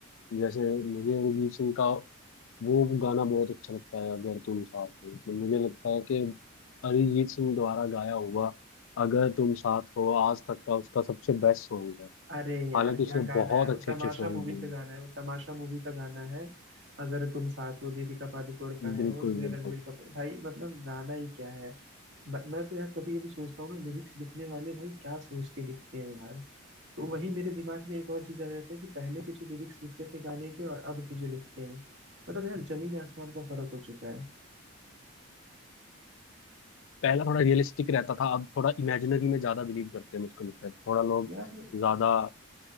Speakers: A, on the left; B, on the right.
A: जैसे मुझे अरिजीत सिंह का वो गाना बहुत अच्छा लगता है अगर तुम साथ हो मतलब मुझे लगता है कि अरिजीत सिंह द्वारा गाया हुआ अगर तुम साथ हो आज तक का उसका सबसे बेस्ट सॉन्ग है
B: अरे यार
A: हालांकि उसने
B: क्या गाना
A: बहुत
B: है वो
A: अच्छे
B: तमाशा
A: अच्छे सॉन्ग
B: मूवी
A: दिए
B: का
A: हैं
B: गाना है वो तमाशा मूवी का गाना है अगर तुम साथ हो दीपिका पादुकोण का है
A: बिल्कुल
B: वो उसमें
A: बिल्कुल
B: रणवीर कपूर भाई मतलब गाना ही क्या है ब- मैं तो यार कभी कभी सोचता हूँ ना लिरिक्स लिखने वाले भाई क्या सोच के लिखते हैं यार तो वही मेरे दिमाग में एक और चीज आ जाता है कि पहले के जो लिरिक्स लिखते थे गाने के और अब के जो लिखते हैं मतलब यार जमीन आसमान का फर्क हो चुका है
A: पहला थोड़ा रियलिस्टिक रहता था अब थोड़ा इमेजिनरी में ज्यादा बिलीव करते हैं मुझको लगता है थोड़ा लोग
B: यार
A: ज्यादा